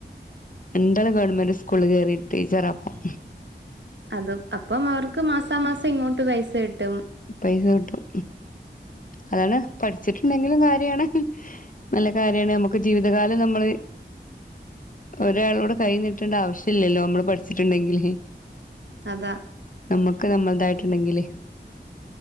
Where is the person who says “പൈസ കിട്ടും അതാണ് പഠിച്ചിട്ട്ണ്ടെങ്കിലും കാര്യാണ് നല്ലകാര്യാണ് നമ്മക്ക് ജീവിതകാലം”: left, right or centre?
Left